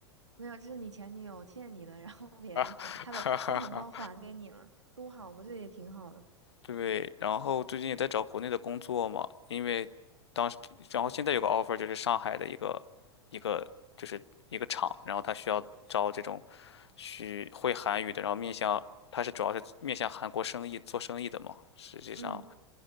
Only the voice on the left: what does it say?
<laughs> 哈哈哈，
对，然后最近也在找国内的工作嘛，因为当时，然后现在有个 offer 就是上海的一个一个就是一个厂，然后他需要招这种。去会韩语的，然后面向他是主要是面向韩国生意做生意的嘛。实际上，